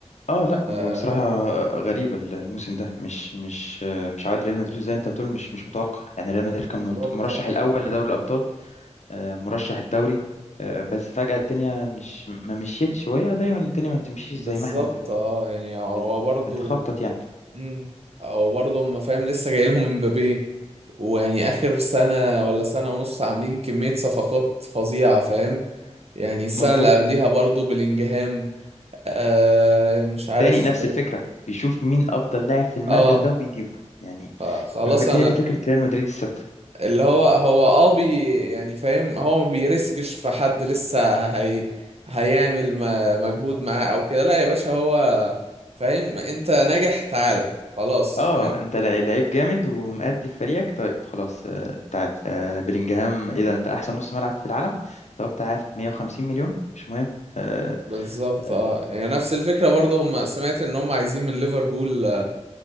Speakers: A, on the left; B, on the right.
A: اه لا
B: آه
A: هو بصراحة غريبة الموسم ده مش مش مش عواد ريال مدريد زي انت بتقول مش مش متوقع يعني ريال مدريد
B: بالظبط
A: كان منت- مرشح
B: اه
A: الاول لدوري الابطال آه، مرشح الدوري آه، بس فجأة الدنيا مش ما مشيتش وهي دايما الدنيا ما بتمشيش
B: بالظبط
A: زي ما احنا بن
B: اه يعني هو
A: بن
B: برضه
A: بنخطط يعني
B: امم او برضه ما فاهم لسه جاي لهم امبابي ويعني اخر سنه ولا سنه ونص عاملين كميه صفقات فظيعه فاهم يعني السنه
A: مظبوط
B: اللي قبليها برضه بلينجهام آه مش عارف
A: تاني نفس الفكرة بيشوف مين أفضل لاعب في المركز
B: اه
A: ده وبيجيبه يعني
B: خ- خلاص انا
A: هي دي فكرة ريال مدريد الثابتة
B: اللي هو هو اه بي يعني فاهم هو ما بيرسكش في حد لسه هي هيعمل م- مجهود معاه او كده لا يا باشا هو فاهم انت ناجح تعالى خلاص
A: اه
B: فاهم
A: انت لع- لعيب جامد ومأدي في فريقك طيب خلاص آه تعال آه بلينجهام ايه ده انت احسن نص ملعب في العالم طب تعال 150 مليون مش مهم آه
B: بالظبط
A: آه
B: اه يعني نفس الفكرة برضه هم سمعت ان هم عايزين من ليفربول آه،